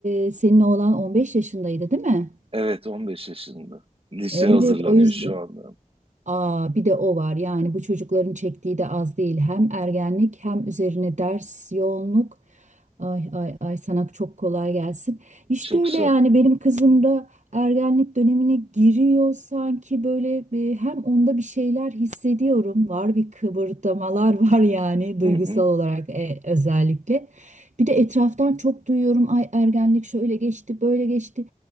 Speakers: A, on the right; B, on the right.
A: e, senin oğlan 15 yaşındaydı, değil mi?
B: Evet, 15 yaşında. Lise
A: Evet,
B: hazırlanıyor
A: o yüzden
B: şu anda.
A: Aa, bir de o var. Yani bu çocukların çektiği de az değil. Hem ergenlik hem üzerine ders yoğunluk. Ay ay ay sana çok kolay gelsin. İşte
B: Çok
A: öyle
B: sağ
A: yani
B: ol.
A: benim kızım da ergenlik dönemine giriyor sanki böyle bir, hem onda bir şeyler hissediyorum. Var bir kıvırtmalar <laughs> var yani duygusal
B: Hı hı.
A: olarak e, özellikle. Bir de etraftan çok duyuyorum. Ay ergenlik şöyle geçti, böyle geçti.